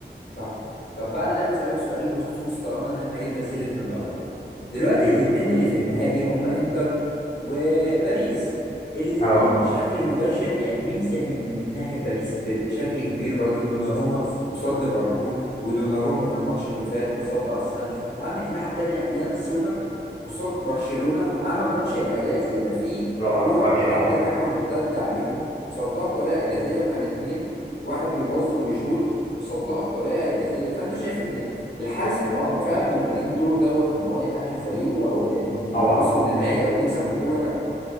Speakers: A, on the left; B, on the left.
A: صح طب بقى انا عايز اسالك سؤال بخصوص طالما ان احنا جبنا سيره دوناروما دلوقتي
B: مم.
A: الاثنين اللي في النهائي هم انتر وباريس الاثنين
B: اه
A: بشكل مباشر يعني مين ساهم من ناحيه باريس ب- بشكل كبير برضو دوناروما قصاد ليفربول ودوناروما في الماتش اللي فات قصاد ارسنال وعندك الناحيه الثانيه يان سومر قصاد برشلونه عمل ماتش اعجازي ده في
B: طبعا
A: كوره
B: ماتش
A: اتعملت
B: العمر
A: هجمه مرتده عليهم صدها بطريقه اعجازيه وكان اتنين واحد بيباص ويشوط صدها بطريقه اعجازيه فانت شايف ان الحارس المرمى فعلا بيبقى ليه الدور دوت ان هو يأهل فريقه او انه
B: طبعا
A: يوصل لنهائي او يكسب بطوله كمان